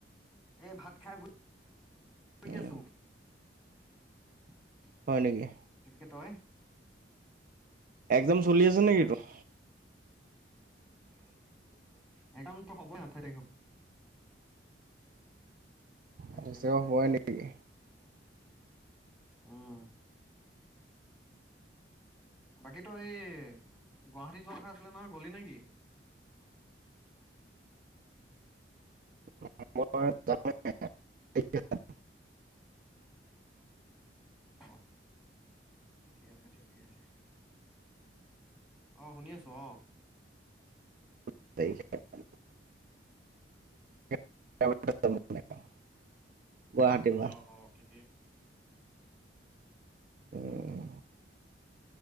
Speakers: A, in the centre; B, on the right.
A: এই ভাত খাই শুই
B: উম
A: আছো। <inaudible> <unintelligible>
B: হয় নেকি একজা চলি আছে নেকি তোৰ?
A: <unintelligible> সদায় নাথাকে স
B: <unintelligible>
A: তাৰিখৰ পৰা
B: হয়
A: একজাম।
B: নেকি।
A: উম। বাকী তই এই, গুৱা <unintelligible> যোৱা কথা আছিলে নহয়, গ'লি নে কি?
B: <unintelligible>
A: অ ঠিকে আছে, ঠিকে আছে। অ', শুনি আছো অ'।
B: <unintelligible> <unintelligible> পৰা
A: অ', অ', ঠিকেই।
B: উম।